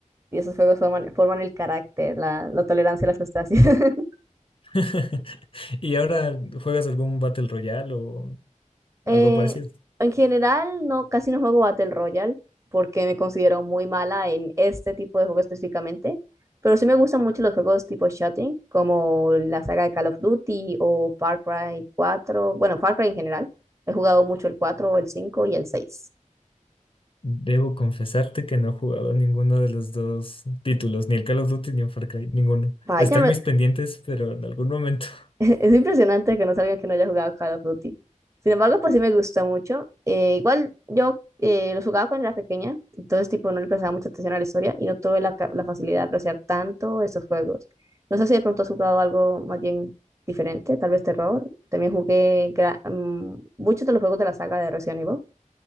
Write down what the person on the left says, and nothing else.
<laughs> ¿Y ahora juegas algún Battle Royale o algo
parecido?
Debo confesarte que no he jugado ninguno de los dos títulos, ni el Call of Duty ni el Far Cry, ninguno.
Están
mis pendientes, pero en algún momento. <laughs>